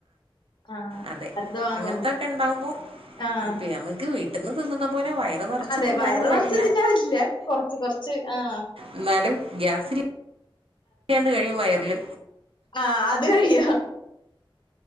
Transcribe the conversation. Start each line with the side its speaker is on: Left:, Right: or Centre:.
Left: ആഹ്
Right: അതെ
Left: അത് വാങ്ങും
Right: അങ്ങനത്തൊക്കെ ഇണ്ടാവുമ്പോ
Left: ആഹ്
Right: നമ്മക്ക് വീട്ടി എന്നും തിന്നണം പോലെ വയർ നെറച്ച്
Left: അതെ
Right: തിന്നാനൊന്നും
Left: വയറ്
Right: കഴിയി
Left: നിറച്ച് തിന്നാൻ പറ്റില്ല കൊറച്ച് കൊറച്ച് ആഹ്
Right: ഇന്നാലും ഗ്യാസ് <unintelligible> ണ്ട് കഴിയും വയറ്. ല്
Left: ആഹ് അത് കഴിയോ